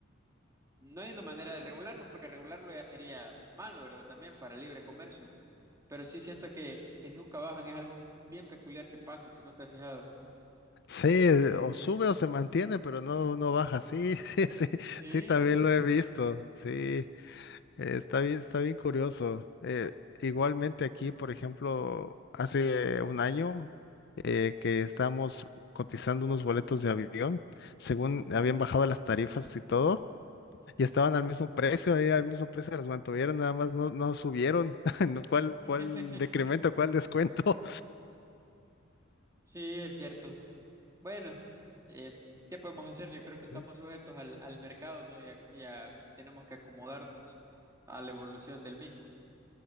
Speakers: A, on the right; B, on the left.
A: No hay una manera de regularlo, porque regularlo ya sería malo, ¿verdad? También para el libre comercio. Pero sí siento que, que nunca bajan, es algo bien peculiar que pasa, si no te has fijado.
B: Sí, o sube o se mantiene, pero no, no baja. Sí, <laughs> sí, sí,
A: Sí,
B: sí, también
A: sí.
B: lo he visto. Sí, eh, está bien, está bien curioso. Eh, igualmente aquí, por ejemplo, hace un año eh, que estábamos cotizando unos boletos de avión, según habían bajado las tarifas y todo,
A: Ujú.
B: y estaban al mismo precio, ahí al mismo precio las mantuvieron, nada más no, no subieron. <laughs> ¿Cuál,
A: <laughs>
B: cuál decremento, cuál descuento?
A: Sí, es cierto. Bueno, eh, ¿qué podemos hacer? Yo creo que estamos
B: <laughs>
A: sujetos al, al mercado, ¿no? Y a- y a- tenemos que acomodarnos a la evolución del mismo.